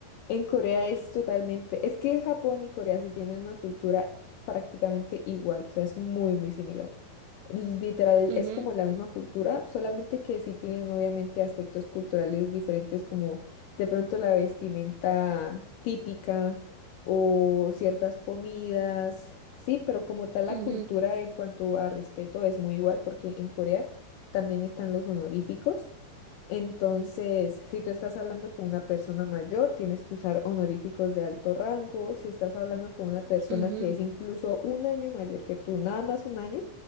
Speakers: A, on the left; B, on the right.
A: En Corea es totalmente, es que Japón y Corea se tienen una cultura prácticamente igual, o sea, es muy, muy similar. Literal,
B: Ujú,
A: es como la misma cultura, solamente que sí tienen obviamente aspectos culturales diferentes, como de pronto la vestimenta típica o ciertas comidas, sí, pero como tal la
B: ujú,
A: cultura en cuanto a respeto es muy igual, porque en Corea también están los honoríficos. Entonces, si tú estás hablando con una persona mayor, tienes que usar honoríficos de alto rango. Si estás hablando con una persona
B: ujú.
A: que es incluso un año mayor que tú, nada más un año,